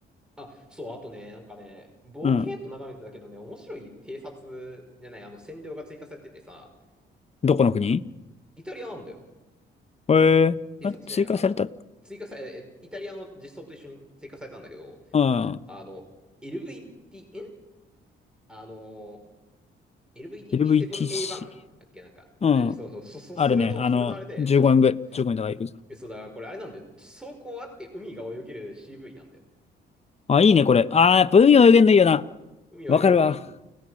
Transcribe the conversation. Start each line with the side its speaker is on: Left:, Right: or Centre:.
Centre: あ、そう、あとね、なんかね、ボケーっと眺めてたけどね、
Left: うん。
Centre: 面白い偵察じゃない、あの、占領が追加されててさ、
Left: どこの国
Centre: イタリアなんだよ。
Left: へえ。
Centre: 偵察じゃない、
Left: あ、追加された。
Centre: あの、追加され、えイタリアの実装と一緒に追加されたんだけど、
Left: うん。
Centre: あの、LVT、んあの、LVTP7A1
Left: LVTC。
Centre: だっけなんか、イタリア、
Left: うん。
Centre: そうそう、そ、そ、
Left: あるね。
Centre: それの、
Left: あの、
Centre: それのあれで、
Left: 15円ぐらい、
Centre: そうそうそう。
Left: 15円とかいくぞ。
Centre: え、そうだから、これあれなんだよ。走行あって海が泳げる CV なんだよ。
Left: あ、いいね、これ。あー、分泳げ限のいいよな。
Centre: 海泳げんのいい。
Left: わかるわ。